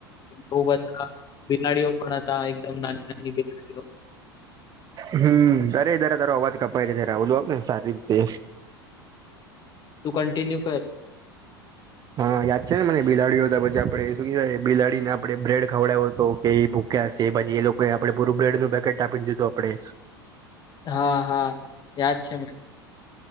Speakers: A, on the left; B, on the right.
A: બઉ બધા બિલાડીઓ પણ હતા એકદમ નાની નાની બિલાડીઓ.
B: હમ અરે તારે તારો અવાજ કપાય છે જ્યારે રાહુલ સારી રીતે.
A: તું કંન્ટિન્યુ કર.
B: હા યાદ છે ને મને બિલાડીઓ હતા પછી આપડે બિલાડીને આપણે બ્રેડ ખવડાવ્યો તો કે એ ભુ. ખ્યા પછી એ લોકોએ આપણે પૂરું બ્રેડનું પેકેટ આપી દીધું આપડે.
A: હા હા યાદ છે મને.